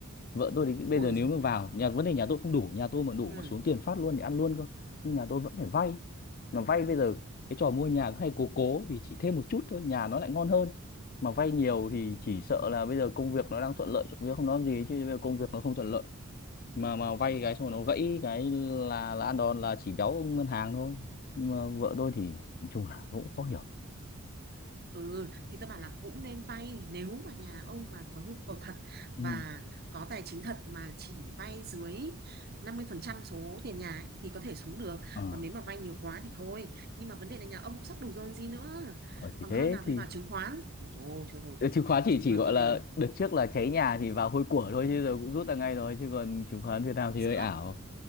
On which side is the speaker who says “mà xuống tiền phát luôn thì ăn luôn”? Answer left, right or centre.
Left